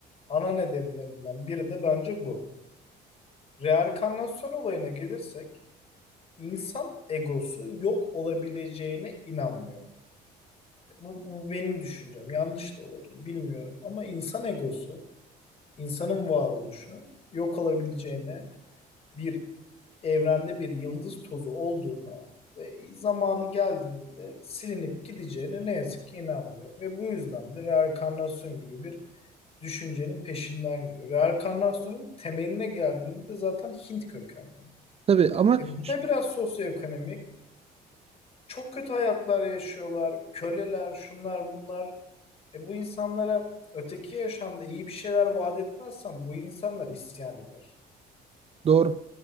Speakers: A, on the left; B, on the right.
A: ana nedenlerinden biri de bence bu. Reenkarnasyon olayına gelirsek insan egosu yok olabileceğine inanmıyor. Bu, bu benim düşüncem. Yanlış da olabilir bilmiyorum ama insan egosu, insanın varoluşu yok olabileceğine bir evrende bir yıldız tozu olduğuna ve zamanı geldiğinde de silinip gideceğine ne yazık ki inanmıyor. Ve bu yüzden de reenkarnasyon gibi bir düşüncenin peşinden gidiyor. Reenkarnasyonun temeline geldiğinde de zaten Hint kökenli.
B: Tabii ama
A: E bu
B: ş-
A: da biraz sosyoekonomik. Çok kötü hayatlar yaşıyorlar, köleler, şunlar bunlar. E bu insanlara öteki yaşamda iyi bir şeyler vaat etmezsen bu insanlar isyan eder.
B: doğru.